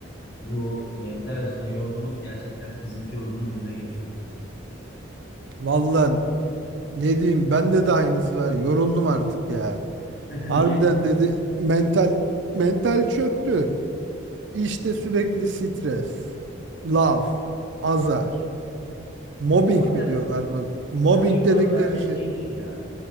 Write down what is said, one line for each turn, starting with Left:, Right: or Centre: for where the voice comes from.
Left: bu mental açıdan yorgunluk gerçekten fiziki yorgunluğun önüne geçiyor.
Right: Vallahi ne diyeyim bende de aynısı var. Yoruldum artık ya.
Left: <laughs>
Right: Harbiden
Left: Niye?
Right: dedi mental mental çöktü. İşte sürekli stres, laf, azar, mobbing
Left: Zaten
Right: mi diyorlar bunu? Mobbing
Left: insanı yoran
Right: dedikleri
Left: bence şey
Right: şey.
Left: değil ya.